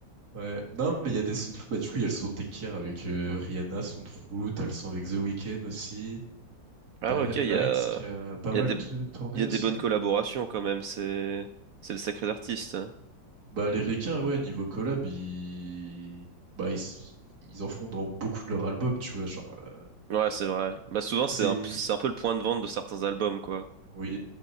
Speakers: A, on the right (about 55°); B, on the right (about 75°).
A: Ouais. Non, mais il y a des sons de fou. Bah, du coup, il y a le son Tekir avec euh, Rihanna, son de fou. T'as le son avec The Weeknd aussi.
B: Ah
A: T'as
B: ouais,
A: Headlines
B: ok, il y a,
A: qui a pas
B: il
A: mal
B: y a des,
A: t- tourné
B: il y a
A: aussi.
B: des bonnes
A: hein.
B: collaborations quand même. C'est, c'est le sacré artiste. hein.
A: Bah, les requins, ouais, niveau collab, ils... Bah, ils, s- ils en font dans beaucoup de leurs albums, tu vois, genre, euh,
B: Ouais, c'est vrai. Bah souvent
A: c'est...
B: c'est un, c'est un peu le point de vente de certains albums quoi.
A: Oui.